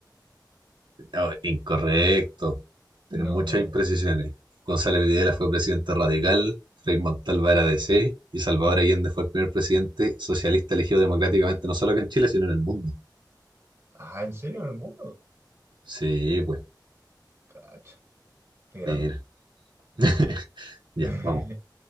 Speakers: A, on the right; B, on the right.
A: No, incorrecto. Tienen
B: No.
A: muchas imprecisiones. González Videla fue presidente radical, Frei Montalva era DC y Salvador Allende fue el primer presidente socialista elegido democráticamente no solo acá en Chile, sino en el mundo.
B: Ah, ¿en serio? ¿En el mundo?
A: Sí, pues,
B: Cacha, qué grande.
A: mira. <laughs>
B: <laughs>
A: Ya, vamos.